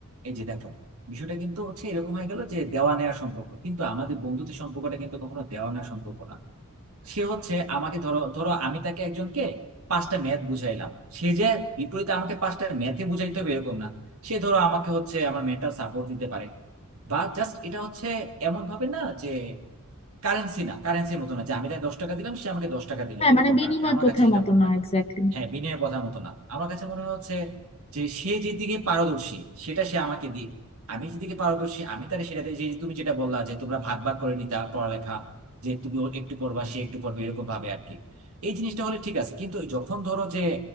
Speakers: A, on the right; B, on the left.
A: এই যে দেখো বিষয়টা কিন্তু হচ্ছে এরকম হয়ে গেল যে দেওয়া নেওয়ার সম্পর্ক কিন্তু আমাদের বন্ধুত্বের সম্পর্কটা কিন্তু কখনো দেওয়া নেওয়ার সম্পর্ক না সে হচ্ছে আমাকে ধরো ধরো আমি তাকে একজনকে পাঁচটা ম্যাথ বুঝাইলাম সে যে বিপরীতে আমাকে পাঁচটা ম্যাথে বুঝাইতে হবে এরকম না সে ধরো আমাকে হচ্ছে আমার মেন্টাল সাপোর্ট দিতে পারে বা জাস্ট এটা হচ্ছে এমন ভাবে না যে কারেন্সি না কারেন্সির মতো না যে আমি তাকে দশ টাকা দিলাম সে আমাকে দশ টাকা দিল
B: হ্যাঁ
A: এরকম
B: মানে বিনিময়
A: না আর কি আমার
B: প্রথার
A: কাছে যেটা
B: মতো
A: মনে
B: না
A: হয়
B: এক্স্যাক্টলি
A: হ্যাঁ বিনয়ের কথা মতো না আমার কাছে মনে হচ্ছে যে সে যেদিকে পারদর্শী সেটা সে আমাকে দিক আমি যেদিকে পারদর্শী আমি তাহলে সেটাতে যে তুমি যেটা বললা যে তোমরা ভাগ ভাগ করে নিতা পড়ালেখা যে তুমি ও একটু পড়বা সে একটু পড়বে এরকম ভাবে আর কি এই জিনিসটা হলে ঠিক আছে কিন্তু যখন ধরো যে